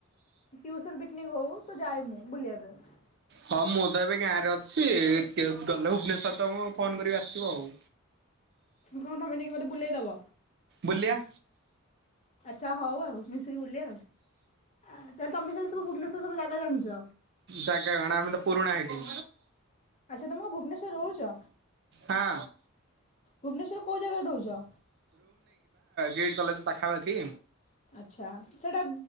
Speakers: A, on the left (about 30°); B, on the right (about 55°).
A: ଟିୟୁସନ୍ ପିକିନିକ ହଉ। ତ ଯାଏ ମୁଁ ବୁଲିବା ପାଇଁ।
B: ହୁଁ ମୁଁ ତ ଏବେ ଗାଁ ଅ ଛି ଗଲେ ଭୁବନେଶ୍ଵର ତମକୁ ଫୋନ କଲେ ଆସିବ ଆଉ।
A: କଣ ତମେ ନେଇକି ମୋତେ ବୁଲେଇ ଦବ
B: ବୁଲିବା।
A: ଚା ହଉ ଆଉ ମିଶିକି ବୁଲିବା ଆଉ। ତମେ ତା ହେଲେ ଭୁବନେଶ୍ବର ସବୁ ଜାଗା ଜାଣିଛ?
B: ଜାଗା କଣ ଆମେ ତ ପୁରୁଣା ହେଇଠି।
A: ଆଚ୍ଛା ତମେ କଣ ଭୁବେନେଶ୍ୱର ରହୁଛ?
B: ହଁ
A: ଭୁବନେଶ୍ଵର କୋଉ ଜାଗାରେ ରହୁଛ?
B: କିଟ୍ କଲେଜ ପାଖାପାଖି।
A: ଆଚ୍ଛା ସେଇଟା